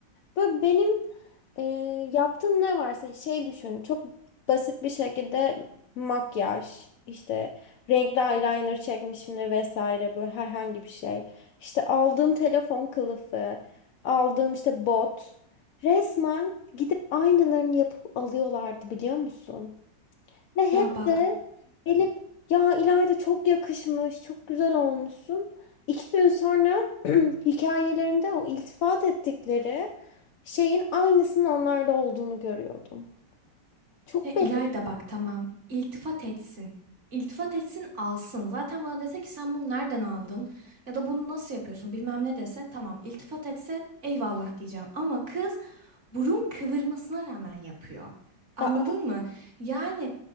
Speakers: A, on the left; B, on the right.
A: Böyle benim e, yaptığım ne varsa şey düşün. Çok basit bir şekilde makyaj, işte renkli eyeliner çekmişimdir vesaire böyle herhangi bir şey. İşte aldığım telefon kılıfı, aldığım işte bot. Resmen gidip aynalarını yapıp alıyorlardı biliyor musun? Ve
B: Ya
A: hep
B: bak.
A: de gelip ya İlayda çok yakışmış, çok güzel olmuşsun. İki gün sonra <clears throat> hikayelerinde o iltifat ettikleri şeyin aynısının onlarda olduğunu görüyordum. Çok
B: Ya
A: beğendim.
B: İlayda bak tamam iltifat etsin. İltifat etsin alsın. Zaten bana dese ki sen bunu nereden aldın ya da bunu nasıl yapıyorsun bilmem ne dese tamam iltifat etse eyvallah diyeceğim. Ama kız burun kıvırmasına rağmen yapıyor. Anladın
A: Aa,
B: mı? Yani